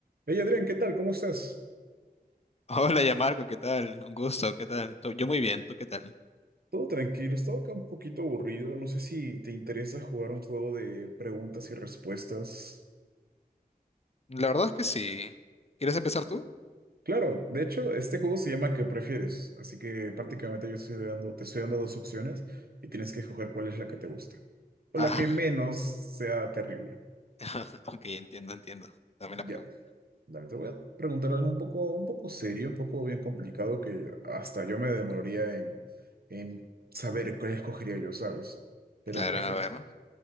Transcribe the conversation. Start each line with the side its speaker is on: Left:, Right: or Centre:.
Right: Hey Adrián, ¿qué tal? ¿Cómo estás?
Left: Hola, ya Marco, ¿qué tal? Un gusto, ¿qué tal? Tú- Yo muy bien, ¿tú qué tal?
Right: Todo tranquilo, estaba acá un poquito aburrido. No sé si te interesa jugar un juego de preguntas y respuestas.
Left: La verdad es que sí. ¿Quieres empezar tú?
Right: Claro, de hecho, este juego se llama ¿Qué prefieres? Así que prácticamente yo estoy dando, te estoy dando dos opciones y tienes que escoger cuál es la que te gusta o
Left: Ah,
Right: la que menos sea terrible.
Left: <laughs> ok, entiendo, entiendo. Dame
Right: Ya,
Left: la pregunta.
Right: dale, te voy a preguntar algo un poco, un poco serio, un poco bien complicado que hasta yo me demoraría en, en saber cuál escogería yo, ¿sabes? Pero
Left: Claro,
Right: perfecto.
Left: a ver.